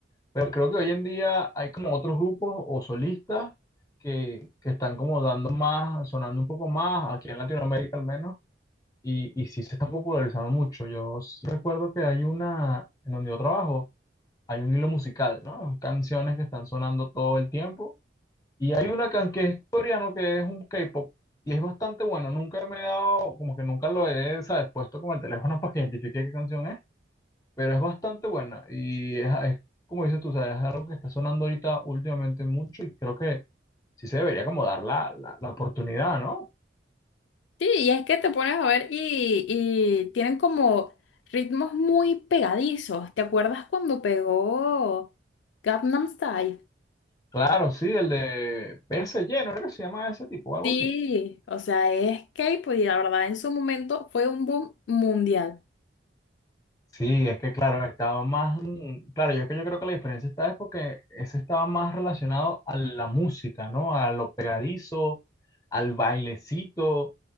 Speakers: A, on the left; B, on the left.
A: Pero creo que hoy en día hay como otros grupos o solistas que, que están como dando más, sonando un poco más, aquí en Latinoamérica al menos, y, y sí se está popularizando mucho. Yo s- recuerdo que hay una, en donde yo trabajo, hay un hilo musical, ¿no? Canciones que están sonando todo el tiempo y hay una canción que es coreano, que es un K-pop, y es bastante bueno. Nunca me he dado, como que nunca lo he, ¿sabes? Puesto con el teléfono para que identifique qué canción es, pero es bastante buena. Y es, es como dices tú, ¿sabes? Es algo que está sonando ahorita últimamente mucho y creo que sí se debería como dar la, la, la oportunidad, ¿no?
B: Sí, y es que te pones a ver y, y tienen como ritmos muy pegadizos. ¿Te acuerdas cuando pegó Gangnam Style?
A: Claro, sí, el de PSG, ¿no? Creo que se llama ese tipo o algo
B: Sí,
A: así.
B: o sea, es K-pop y la verdad en su momento fue un boom mundial.
A: Sí, es que claro, estaba más, mm, claro, yo que yo creo que la diferencia está es porque ese estaba más relacionado a la música, ¿no? A lo pegadizo, al bailecito.